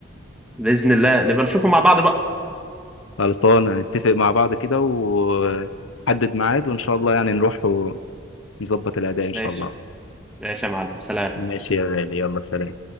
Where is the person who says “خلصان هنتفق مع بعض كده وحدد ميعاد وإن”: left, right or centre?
Left